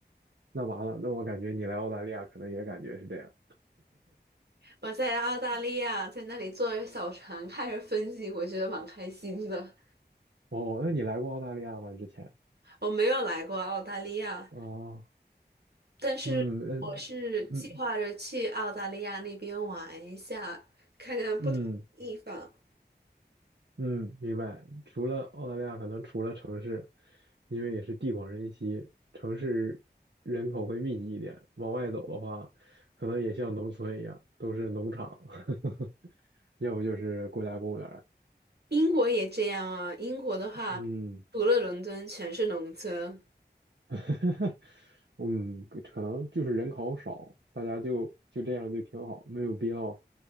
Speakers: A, on the right; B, on the right.
A: 那完了，那我感觉你来澳大利亚可能也感觉是这样。
B: 我在澳大利亚，在那里坐着小船看着风景，我觉得蛮开心的。
A: 哦，那你来过澳大利亚吗？之前？
B: 我没有来过澳大利亚。
A: 啊，
B: 但是我是计划着去澳大利亚那边玩一下，
A: 嗯嗯嗯
B: 看看不同的地方。
A: 嗯，嗯，明白。除了澳大利亚，可能除了城市，因为也是地广人稀，城市人口会密集一点。往外走的话，可能也像农村一样，都是农场，<laughs> 要不就是国家公园儿。
B: 英国也这样啊，英国的话，
A: 嗯，
B: 除了伦敦全是农村。
A: <laughs> 嗯，可可能就是人口少，大家就就这样就挺好，没有必要